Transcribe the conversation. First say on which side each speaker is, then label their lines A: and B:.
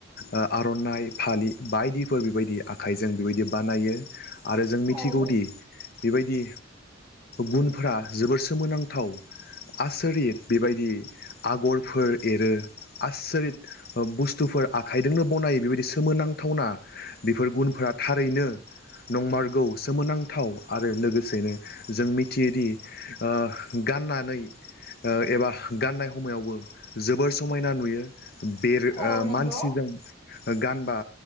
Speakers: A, on the left; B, on the left.
A: ओ आर'नाइ फालि बायदिफोर बेबायदि आखाइजों बेबायदि बानायो। आरो जों मिथिगौदि
B: औ
A: बेबायदि गुनफोरा जोबोर सोमोनांथाव। आसरित बेबायदि आगरफोर एरो आसरित बुस्थुफोरा आखाइजोंनो बनायो बेबायदि सोमोनांथावना बेफोर गुनफोरा थारैनो नंमारगौ सोमोनां थाव आरो लोगोसेनो जों मिथियो दि ओ गाननानै ओ एबा गाननाय समावबो जोबोर समायना नुयो बेर
B: औ नंगौ
A: मानसिजों गानबा